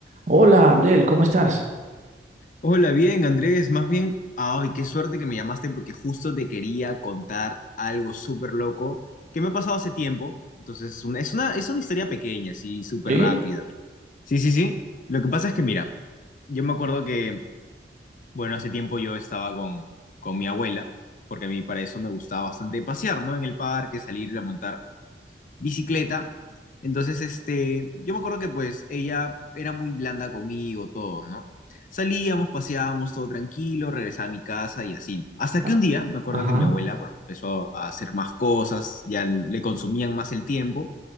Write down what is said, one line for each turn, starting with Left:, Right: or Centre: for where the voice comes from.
Right: Hola, Abdel, ¿cómo estás?
Left: Hola, bien, Andrés. Más bien, ay, qué suerte que me llamaste porque justo te quería contar algo súper loco que me ha pasado hace tiempo. Entonces, es una, es una, es una historia pequeña, así, súper
Right: Sí,
Left: rápida. Sí, sí, sí. Lo que pasa es que, mira, yo me acuerdo que, bueno, hace tiempo yo estaba con, con mi abuela, porque a mí para eso me gustaba bastante pasear, ¿no? En el parque, salir a montar bicicleta. Entonces, este, yo me acuerdo que pues ella era muy blanda conmigo, todo, ¿no? Salíamos, paseábamos, todo tranquilo, regresaba a mi casa y así, ¿no? Hasta
Right: Ah.
Left: que un día, me acuerdo
Right: Ajá,
Left: que mi abuela, bueno, empezó a hacer más cosas, ya le consumían más el tiempo.